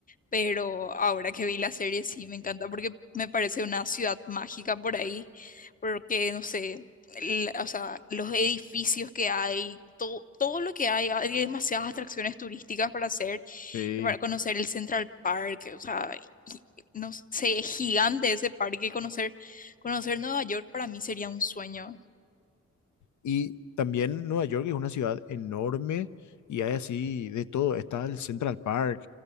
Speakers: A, on the left (about 30°); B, on the left (about 75°).
A: pero ahora que vi la serie sí me encanta porque me parece una ciudad mágica por ahí, porque no sé, el- o sea, los edificios que hay, todo, todo lo que hay, hay demasiadas atracciones turísticas para hacer,
B: Sí.
A: y para conocer el Central Park, o sea, y- no sé, es gigante ese parque, conocer, conocer Nueva York para mí sería un sueño.
B: Y también Nueva York es una ciudad enorme y hay así de todo. Está el Central Park,